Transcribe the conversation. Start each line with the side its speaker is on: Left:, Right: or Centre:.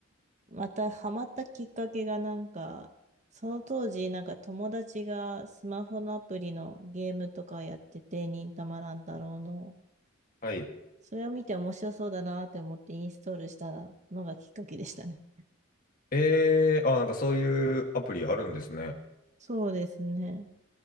Right: またハマったきっかけがなんか、その当時なんか友達がスマホのアプリのゲームとかやってて、忍たま乱太郎の。
Left: はい。
Right: それを見て面白そうだなって思ってインストールしたのがきっかけでしたね。
Left: えー、あ、なんかそういうアプリあるんですね。
Right: そうですね。